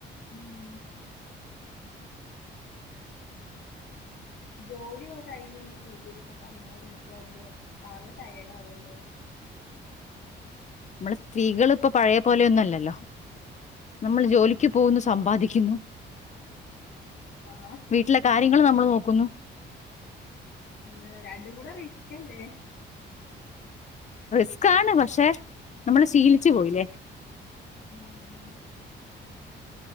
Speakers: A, on the left; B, on the left.
A: ഉം ജോലി ഒക്കെ കഴിഞ്ഞ്കഴിഞ് വീട്ടിലുള്ള പണികളൊക്കെ എടുക്കകുമ്പോ ആകെ ടയേഡ് ആകുവല്ലേ
B: നമ്മള് സ്ത്രീകൾ ഇപ്പ പഴയ പോലെയൊന്നും അല്ലല്ലോ നമ്മള് ജോലിക്ക് പോകുന്ന് സ് സമ്പാദിക്കുന്നു
A: ആ
B: വീട്ടിലെ കാര്യങ്ങളും നമ്മള് നോക് ക്കുന്നു
A: ഏഹ് രണ്ടും കൂടെ റിസ്ക്കല്ലേ
B: റിസ്ക്കാണ് പക്ഷെ നമ്മള് ശീലിച്ചു പോയില്ലേ
A: ഉം ഉം